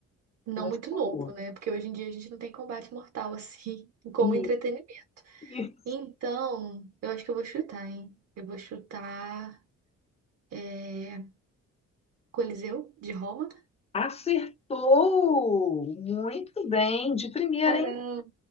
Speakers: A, on the right; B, on the left.
A: não
B: muito
A: muito novo,
B: boa.
A: né? Porque hoje em dia a gente não tem combate mortal assim <laughs> como
B: E,
A: entretenimento.
B: e
A: Então, eu acho que eu vou chutar, hein? Eu vou chutar é, Coliseu de Roma.
B: acertou muito bem, de primeira,
A: Caramba!
B: hein?